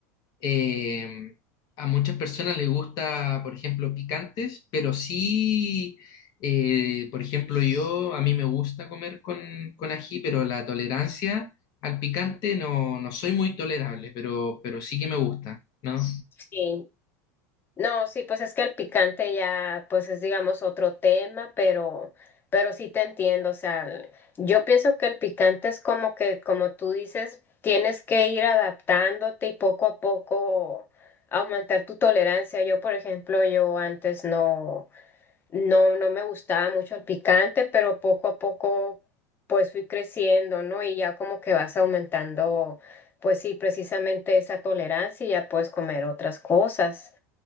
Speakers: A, on the left (about 50°); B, on the left (about 25°).
A: Eh, a muchas personas les gusta, por ejemplo, picantes, pero sí, eh, por ejemplo, yo, a mí me gusta comer con, con ají, pero la tolerancia al picante no, no soy muy tolerable, pero, pero sí que me gusta, ¿no?
B: Sí, No, sí, pues es que el picante ya, pues es digamos otro tema, pero, pero sí te entiendo, o sea, el- yo pienso que el picante es como que, como tú dices, tienes que ir adaptándote y poco a poco aumentar tu tolerancia. Yo, por ejemplo, yo antes no, no, no me gustaba mucho el picante, pero poco a poco pues fui creciendo, ¿no? Y ya como que vas aumentando, pues sí, precisamente esa tolerancia y ya puedes comer otras cosas.